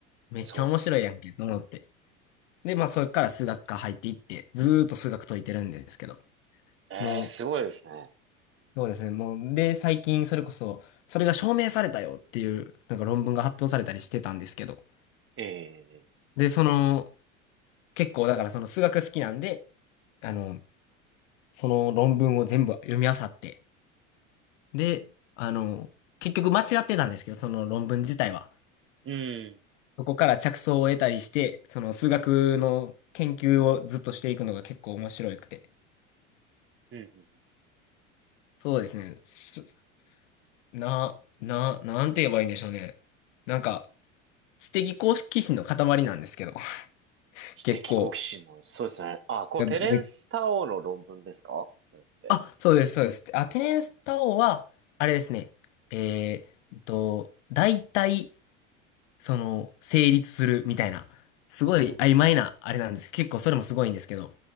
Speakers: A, on the left; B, on the right.
A: めっちゃ面白いやんけ、
B: そうですね。
A: と思って。で、まあ、それから数学科入っていって、ずーっと数学解いてるんですけど、
B: ええ、
A: もう、
B: すごいですね。
A: そうですね。もう、で、最近それこそ、それが証明されたよっていう、なんか論文が発表されたりしてたんですけど。
B: ええ、
A: で、その、結構だからその数学好きなんで、あの、その論文を全部読み漁って。で、あの、結局間違ってたんですけど、その論文自体は。
B: うん。
A: そこから着想を得たりして、その数学の研究をずっとしていくのが結構面白くて。
B: うんうんうん。
A: そうですね。すな、な、なんて言えばいいんでしょうね。なんか、知的好奇心の塊なんですけど。
B: 知的好奇心の、
A: 結構。
B: そうですね。あ、こう、
A: がめ
B: テレンス・タオの論文ですかそれって。
A: あ、そうです、そうです。アテネスタ王は、あれですね。えーっと、大体、その、成立するみたいな、すごい曖昧な、
B: うんうん
A: あれなんです。結構それもすごいんですけど、